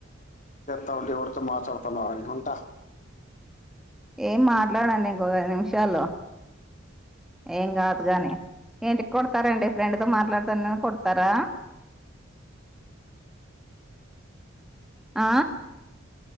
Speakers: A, on the left; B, in the centre.
A: తావుంటే ఎవరితో మాట్లాడుతున్నవాని ఉంటా
B: ఏం మాట్లాడండి ఇంకోక ఐదు నిమిషాల్లు ఏం కాదు గాని ఏంటి కొడతారంండి ఫ్రెండ్‌తో మాట్లాడతానని కొడతారా ఆ